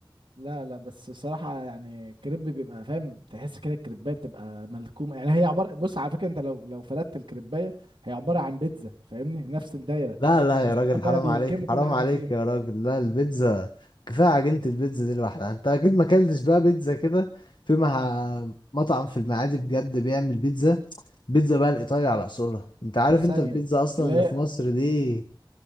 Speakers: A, on the right (about 85°); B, on the left (about 60°).
A: لا لا بس الصراحه يعني كريب بيبقى فاهم تحس كده الكريبايه بتبقى ملكومه يعني هي عباره بص على فكره انت لو لو فردت الكريبايه هي عباره عن بيتزا فاهمني نفس الدايره
B: لا لا
A: بس
B: يا راجل
A: هما
B: حرام
A: بقى بيلكموا
B: عليك
A: كل
B: حرام
A: حاجه
B: عليك
A: فيها
B: يا راجل لا البيتزا كفايه عجينه البيتزا دي لوحدها انت اكيد ما اكلتش بقى بيتزا كده في مع مطعم في المعادي بجد بيعمل بيتزا بيتزا بقى الايطالي على اصولها انت عارف
A: طب ثانيه
B: انت البيتزا اصلا
A: اللي
B: اللي
A: هي
B: في مصر دي